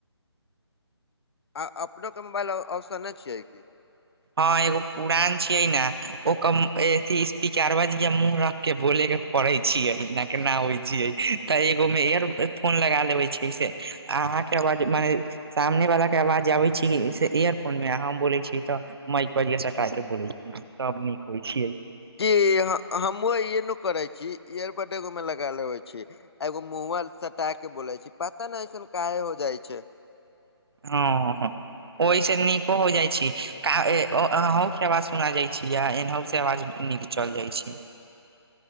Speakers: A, on the left (about 65°); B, on the right (about 60°).
A: आ अपनोके मोबाइल ऑप्शन नहि छियै की
B: हँ एगो पुरान छिय ने ओकरार बज मु के बोले के पड़े छियै न केना होइ छियै तऽ एगो मे इयर फोन लगा लेबे छै से अहाँके आवाज मने सामने वाला के आवाज आबै छी इयरफोन मे हम बोलै छी तऽ माईक बढिया सटा बोैलै छियै तब नीक होइ छियै
A: जी हमहु इे न करे छी इयरबड एगो में लगा लेे छी एगो मुँहवा लऽ सटा के बोले छै पता ने ऐसन काहे हो जाइ छै
B: हं हं ओहि से नीको हो जाय छी अहं के आवाज सुना जाय छी य एहहो से आवाज निक चलि जाई छी